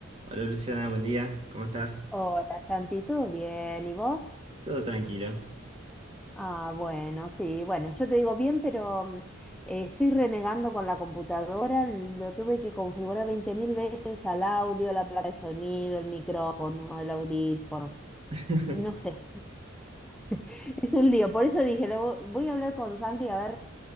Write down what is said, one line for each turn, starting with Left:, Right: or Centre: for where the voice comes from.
Right: Hola Luciana, buen día, ¿cómo estás?
Centre: Hola, Santi, ¿tú bien? ¿Y vos?
Right: Todo tranquilo.
Centre: Ah, bueno, sí, bueno, yo te digo bien, pero mm, eh, estoy renegando con la computadora, lo tuve que configurar 20.000 veces al audio, la placa de sonido, el micrófono, el audífono,
Right: <laughs>
Centre: no sé, <laughs> es un lío, por eso dije, lo, voy a hablar con Santi a ver